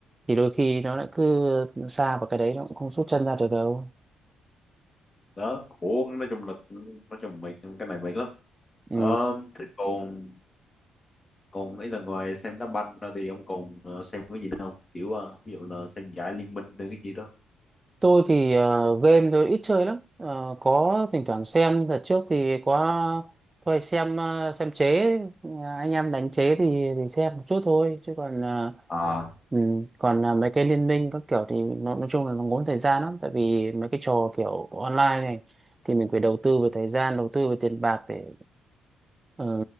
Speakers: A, on the right (about 20°); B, on the left (about 30°).
A: thì đôi khi nó lại cứ xa vào cái đấy nó cũng không rút chân ra được đâu
B: đó khổ nói chung là nói chung mệt cái này mệt lắm
A: ừ.
B: ờ, thế còn còn ấy là ngoài xem đá banh ra thì ông còn ờ, xem cái gì nữa không kiểu ờ, ví dụ là xem giải liên minh hay cái gì đó
A: Tôi thì ờ, game tôi ít chơi lắm Ờ, có thỉnh thoảng xem đợt trước thì có tôi hay xem ờ, xem chế Ờ, anh em đánh chế thì thì xem một chút thôi chứ còn ờ,
B: à
A: ừ, còn ờ, mấy cái liên minh các kiểu thì nó nói chung là nó ngốn thời gian lắm tại vì mấy cái trò kiểu online này thì mình phải đầu tư về thời gian đầu tư về tiền bạc để ừ,